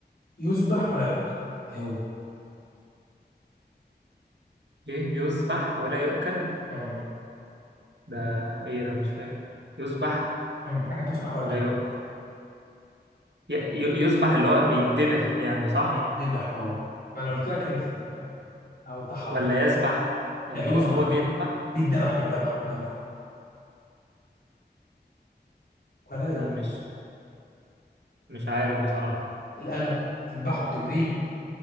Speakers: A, on the left; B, on the right.
A: يذبح ولا يؤكل ايه هو؟
B: ايه يذبح ولا يؤكل
A: مم.
B: ده ايه ده مش فاهم يذبح
A: مم. حاجة تذبح ولا
B: ولا
A: تؤكل
B: يؤكل ي- ي- يذبح اللي هو بيتذبح يعني صح
A: بيتذبح اه ما أنا لو قلت لك انت هوضحها
B: ولا
A: أوي
B: يذبح يعني
A: لا يذبح
B: هو هو
A: يذبح
B: بيذبح
A: بيتذبح بيتذبح بيتذبح ولا
B: لا
A: يؤكل
B: مش مش عارف بصراحة
A: القلم بتذبحه بتبريه